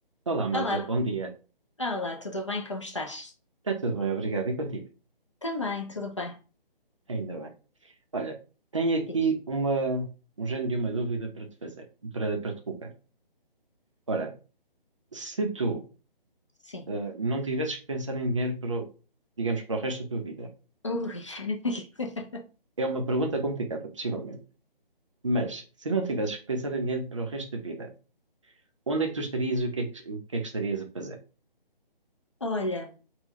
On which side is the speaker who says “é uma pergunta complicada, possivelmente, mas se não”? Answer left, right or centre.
Right